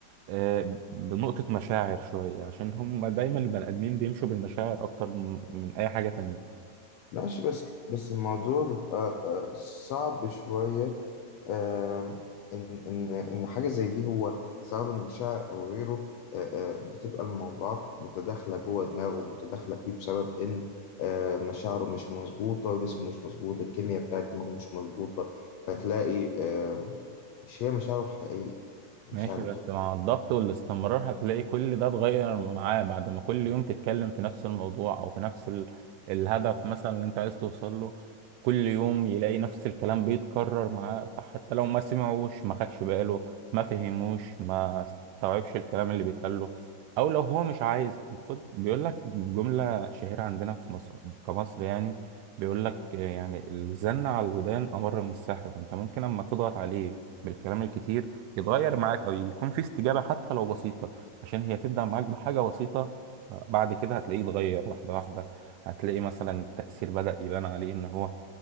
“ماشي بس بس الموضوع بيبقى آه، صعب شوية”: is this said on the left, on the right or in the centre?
Left